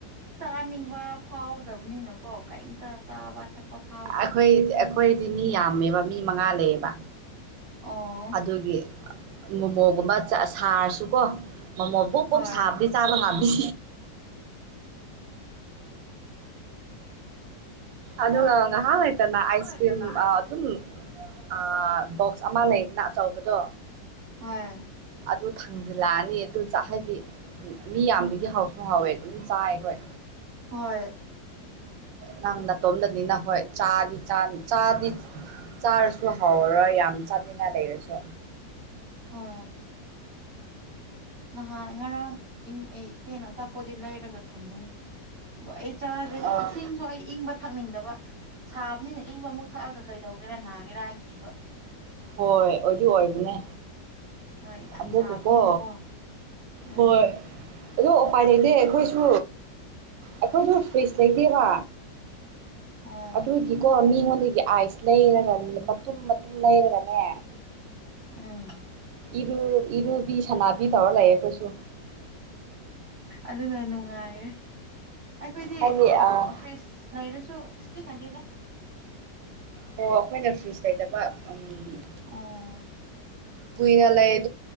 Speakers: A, on the right (about 40°); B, on the right (about 85°).
A: ꯆꯥꯅꯤꯡꯕ ꯐꯥꯎꯗꯕꯅꯤꯅꯀꯣ ꯀꯣ ꯀꯩꯝꯇ ꯆꯥꯕ ꯊꯛꯄ ꯐꯥꯎꯗꯦ
B: ꯑꯩꯈꯣꯏ ꯑꯩꯈꯣꯏꯗꯤ ꯃꯤ ꯌꯥꯝꯃꯦꯕ ꯃꯤ ꯃꯉꯥ ꯂꯩꯌꯦꯕ
A: ꯑꯣ
B: ꯑꯗꯨꯒꯤ ꯃꯣꯃꯣꯒꯨꯝꯕ ꯁꯥꯔꯁꯨꯀꯣ ꯃꯣꯃꯣ ꯄꯣꯞ ꯄꯣꯞ
A: ꯍꯣꯏ
B: ꯁꯥꯕꯗꯤ ꯆꯥꯕ ꯉꯝꯃꯤ ꯑꯗꯨꯒ
A: ꯍꯣꯏ
B: ꯉꯍꯥꯟ ꯂꯩꯇꯅ ꯑꯩꯁ
A: ꯂꯩꯇꯅ
B: ꯀ꯭ꯔꯤꯝ
A: ꯑꯥꯏꯁ
B: ꯑꯗꯨꯝ
A: ꯀ꯭ꯔꯤꯝ
B: ꯑ ꯕꯣꯛꯁ ꯑꯃ ꯂꯩꯅ ꯑꯆꯧꯕꯗꯣ
A: ꯍꯥꯥ
B: ꯑꯗꯨ ꯊꯥꯡꯖꯤꯜꯂꯛꯑꯅꯤ ꯑꯗꯨ ꯆꯥꯏ ꯍꯥꯏꯗꯤ ꯃꯤ ꯌꯥꯝꯕꯒꯤ ꯍꯥꯎꯁꯨ ꯍꯥꯎꯋꯦ ꯑꯗꯨꯝ ꯆꯥꯏ ꯑꯩꯈꯣꯏ
A: ꯍꯣꯏ
B: ꯅꯪ ꯅꯥꯇꯣꯝꯗꯅꯤ ꯅ ꯍꯣꯏ ꯆꯥꯗꯤ ꯆꯥꯅꯤ ꯆꯥꯗꯤ ꯆꯥꯔꯁꯨ ꯍꯥꯎꯔꯔꯣꯏ ꯌꯥꯝ ꯆꯥꯅꯤꯡꯉꯥꯏ ꯂꯩꯔꯁꯨ
A: ꯍꯣꯏ ꯅꯍꯥꯟ ꯉꯔꯥꯡ ꯑꯩ ꯏꯆꯦꯅ ꯑꯆꯥꯄꯣꯠꯗꯤ ꯂꯩꯔꯒ ꯊꯝꯕꯅꯦ ꯑꯗꯣ ꯑꯩ ꯆꯥꯗꯦ
B: ꯑꯥ
A: ꯏꯁꯤꯡꯁꯨ ꯑꯏꯪꯕ ꯊꯛꯅꯤꯡꯗꯕ ꯁꯥꯕꯅꯤꯅ ꯏꯪꯕ ꯑꯃꯨꯛ ꯊꯛꯑꯒ ꯀꯩꯗꯧꯒꯦꯔꯥ ꯅꯥꯒꯦꯔꯥ ꯍꯥꯏꯅ ꯀꯤꯕ
B: ꯍꯣꯏ ꯑꯣꯢꯗꯤ ꯑꯣꯏꯕꯅꯦ
A: ꯍꯣꯏ ꯌꯥꯝ
B: ꯑꯕꯣꯛꯀꯀꯣ
A: ꯁꯥꯕꯅꯤꯅꯀꯣ
B: ꯍꯣꯏ
A: ꯎꯝ
B: ꯑꯗꯣ ꯎꯄꯥꯏ ꯂꯩꯇꯦ ꯑꯩꯈꯣꯏꯁꯨ ꯑꯩꯈꯣꯏꯁꯨ ꯐ꯭ꯔꯤꯖ ꯂꯩꯇꯦꯕ
A: ꯑꯣ
B: ꯑꯗꯨꯒꯤꯀꯣ ꯃꯤꯉꯣꯟ ꯑꯗꯨꯒꯤ ꯑꯥꯏꯁ ꯂꯩꯔ ꯃꯇꯨꯝ ꯃꯇꯨꯝ ꯂꯩꯔꯒꯅꯦ
A: ꯎꯝ
B: ꯏꯔꯨ ꯏꯔꯨꯕꯤ ꯁꯥꯅꯕꯤ ꯇꯧꯔ ꯂꯩꯌꯦ ꯑꯩꯈꯣꯏꯁꯨ
A: ꯑꯗꯨꯅ ꯅꯨꯡꯉꯥꯏꯔꯦ ꯑꯩꯈꯣꯏꯗꯤ
B: ꯍꯥꯏꯗꯤ ꯑꯥ
A: ꯐ꯭ꯔꯤꯖ ꯂꯩꯔꯁꯨ ꯁꯤꯖꯤꯟꯅꯗꯦꯗ
B: ꯑꯣ ꯑꯩꯈꯣꯏꯅ ꯐ꯭ꯔꯤꯖ ꯂꯩꯇꯕ ꯎꯝ
A: ꯎꯝ
B: ꯀꯨꯏꯅ ꯂꯩ